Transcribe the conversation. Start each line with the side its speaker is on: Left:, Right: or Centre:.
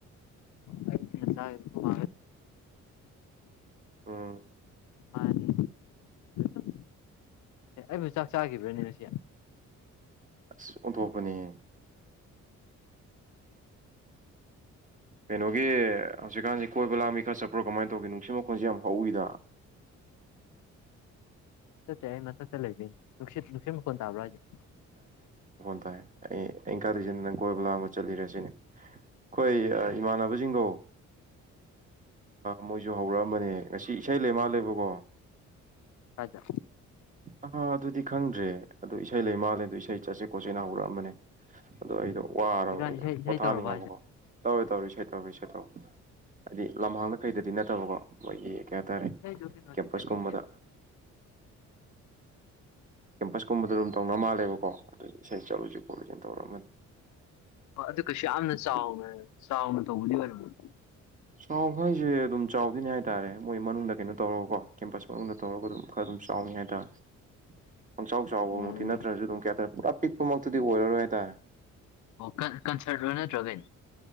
Left: ꯑꯩ ꯆꯉ ꯆ <unintelligible> ꯎ <inaudible>
Right: ꯎꯝ
Left: ꯃꯥꯟꯅꯦ ꯑꯦ ꯑꯩꯕꯨ ꯆꯥꯛ ꯆꯥꯈꯤꯕ꯭ꯔꯅꯦ ꯉꯁꯤ
Right: ꯑꯁ ꯑꯣꯟꯊꯣꯛꯄꯅꯤꯍꯦ ꯀꯩꯅꯣꯒꯤ ꯍꯧꯖꯤꯛꯀꯥꯟꯁꯤ ꯀꯣꯏꯕ ꯂꯥꯡꯕꯤ ꯈꯔ ꯆꯠꯄ꯭ꯔꯣ ꯀꯃꯥꯏꯅ ꯇꯧꯒꯦ ꯅꯨꯡꯁꯤꯠ ꯃꯈꯣꯜꯁꯦ ꯌꯥꯝ ꯍꯧꯏꯗ
Left: ꯆꯠꯇꯦ ꯑꯩ ꯃꯊꯛꯇ ꯂꯩꯕꯩꯅꯤ ꯅꯨꯡꯁꯤꯠ ꯅꯨꯡꯁꯤꯠ ꯃꯈꯣꯟ ꯇꯥꯕ꯭ꯔꯥ ꯍꯥꯏꯁꯦ
Right: ꯑꯩ ꯑꯩ ꯏꯪꯀꯥ ꯂꯩꯁꯤꯗ ꯅꯪ ꯀꯣꯏꯕ ꯂꯥꯡꯕ ꯆꯠꯂꯤꯔꯁꯤꯅꯦ ꯑꯩꯈꯣꯏ ꯏꯃꯥꯟꯅꯕꯁꯤꯡꯗꯣ ꯃꯣꯏꯁꯨ ꯍꯧꯔꯛꯑꯝꯕꯅꯦ ꯉꯁꯤ ꯏꯁꯩ ꯂꯩꯃꯥꯜꯂꯦꯕꯀꯣ
Left: ꯀꯥꯏꯗ
Right: ꯑꯥ ꯑꯗꯨꯗꯤ ꯈꯪꯗ꯭ꯔꯦ ꯑꯗꯨ ꯏꯁꯩ ꯂꯩ ꯃꯥꯜꯂꯦ ꯑꯗꯣ ꯏꯁꯩ ꯆꯠꯁꯦ ꯈꯣꯠꯁꯦꯅ ꯍꯧꯔꯛꯑꯝꯕꯅꯦ ꯑꯗꯣ ꯑꯩꯗꯣ ꯋꯥꯔꯕ
Left: ꯍꯧꯖꯤꯛꯀꯥꯟ
Right: ꯑꯩꯗꯣ
Left: ꯏꯁꯩ ꯏꯁꯩ
Right: ꯄꯣꯊꯥꯅꯤꯡꯉꯕꯀꯣ
Left: ꯇꯧꯔꯕ ꯍꯥꯏꯁꯦ
Right: ꯇꯧꯋꯦ ꯇꯧꯔꯦ ꯇꯧꯔꯦ ꯇꯧꯔꯤ ꯂꯝꯍꯥꯡꯗ ꯀꯩꯗꯗꯤ ꯅꯠꯇꯕꯀꯣ ꯈꯣꯏꯒꯤ ꯀꯩ ꯍꯥꯏꯇꯥꯔꯦ
Left: ꯏꯁꯩꯗꯣ ꯀꯩꯅꯣꯗꯤ
Right: ꯀꯦꯝꯄꯁ
Left: ꯆꯠꯅꯤꯡꯗꯦꯗ
Right: ꯀꯨꯝꯕꯗ ꯀꯦꯝꯄꯁ ꯀꯨꯝꯕꯗ ꯑꯗꯨꯝ ꯇꯧꯅ ꯃꯥꯜꯂꯦꯕ ꯀꯣ ꯑꯗꯨꯗꯤ ꯏꯁꯩ ꯆꯠꯂꯨꯁꯤ <unintelligible> ꯇꯧꯔꯝꯃꯅꯤ
Left: ꯑꯣ ꯑꯗꯨ ꯀꯩꯁꯨ ꯌꯥꯝꯅ ꯆꯥꯎꯅ ꯆꯥꯎꯅ ꯇꯧꯕꯗꯤ ꯑꯣꯏꯔꯝꯃꯣꯏ
Right: ꯆꯥꯎꯈ ꯍꯥꯏꯁꯦ ꯑꯗꯨꯝ ꯆꯥꯎꯗꯤꯅꯦ ꯍꯥꯏꯇꯥ ꯔꯦ ꯃꯣꯏ ꯃꯅꯨꯡꯗ ꯀꯩꯅꯣ ꯇꯧꯔꯒꯀꯣ ꯀꯦꯝꯄꯁ ꯃꯅꯨꯡꯗ ꯇꯧꯔꯒ ꯑꯗꯨꯝ ꯈꯔ ꯑꯗꯨꯝ ꯆꯥꯎꯅꯤ ꯍꯥꯏꯇꯥꯔꯦ ꯄꯪꯆꯥꯎ ꯆꯥꯎꯕꯃꯨꯛꯇꯤ
Left: ꯎꯝ
Right: ꯅꯠꯇ꯭ꯔꯅꯁꯨ ꯑꯗꯨꯝ ꯀꯩ ꯍꯇꯥꯔꯦ ꯄꯨ ꯄꯤꯛꯄꯃꯛꯇꯨꯗꯤ ꯑꯣꯏꯔꯔꯣꯏ ꯍꯥꯏꯇꯥꯔꯦ
Left: ꯑꯣ ꯀꯟ ꯀꯟꯁꯔꯠ ꯂꯣ ꯅꯠꯇ꯭ꯔ ꯀꯩꯅꯣ